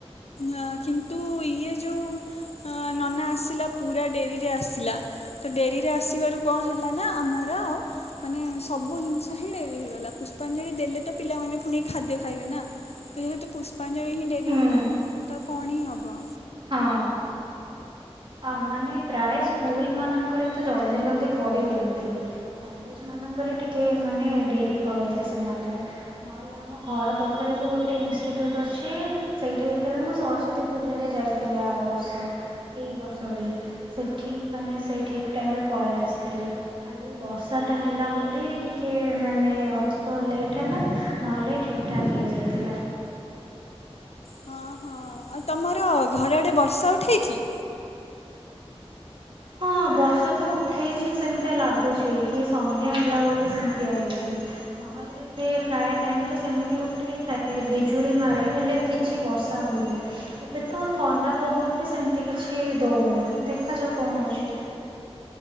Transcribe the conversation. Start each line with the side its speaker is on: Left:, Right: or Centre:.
Left: ଅ କିନ୍ତୁ ଇଏ ଯୋଉ ଅ ନନା ଆସିଲା ପୁରା ଡେରିରେ ଆସିଲା ତ ଡେରିରେ ଆସିବାରୁ କଣ ହେଲା ନା ଆମର ଆଉ ମାନେ ସବୁ ଜିନିଷ ହିଁ ଡେରି ହେଇଗଲା ପୁଷ୍ପାଞ୍ଜଳି ଦେଲେ ତ ପିଲାମାନେ ପୁଣି ଖାଦ୍ୟ ଖାଇବେ ନା ତ ଯେହେତୁ ପୁଷ୍ପାଞ୍ଜଳି ହିଁ ଡେରି
Right: ହୁଁ
Left: ହେଲା ତ କଣ ହିଁ ହବ
Right: ହଁ ଆଉ ମାନେ ପ୍ରାୟ ସ୍କୁଲ ମାନଙ୍କରେ ତ ଜଲ୍ଦି ଜଲଦି କରିଦିଅନ୍ତି କଲେଜ ମାନଙ୍କରେ ଟିକଏ ମାନେ ଡେରି କରନ୍ତି ସେମାନେ ନହେଲେ ଆମ ଘର ପାଖରେ ବି ଗୋଟେ ଇନଷ୍ଟିଟ୍ୟୁଟ୍ ଅଛି ସେଇଠି ଯେତେବେଳେ ମୁଁ ସରସ୍ଵତୀ ପୂଜାରେ ଯାଇ ଥିଲି ଆର ବର୍ଷ ଏ ବର୍ଷ ବି ସେଠି ମାନେ ସେଇ ଠିକ୍ ଟାଇମ୍ରେ ପଳେଇ ଆସିଥିଲେ ଖାଲି ବର୍ଷାଟା ହେଲା ବୋଲି ଟିକେ ମାନେ ଅଧିକ ଲେଟ୍ ହେଲା ନହେଲେ ଠିକ୍ ଠାକ୍ ହେଇଯାଇଥିଲା
Left: ହଁ ହଁ ଆଉ ତମର ଘର ଆଡେ ବର୍ଷା ଉଠେଇଛି
Right: ହଁ ବର୍ଷା ତ ଉଠେଇଛି ସେମିତିଆ ଲାଗୁଛି କି ସନ୍ଧ୍ୟା ହେଲା ବୋଲି ସେମିତିଆ ହେଇଛି ନହେଲେ ସେ ପ୍ରାୟ ଟାଇମ୍ ତ ସେମିତି ଉଠେଇଥାଏ ବିଜୁଳି ମାରେ ହେଲେ କିଛି ବର୍ଷା ହୁଏନି ଏବେ ତ ଥଣ୍ଡା ପବନ ବି ସେମିତି କିଛି ଦଉନି ଦେଖାଯାଉ କଣ ହଉଛି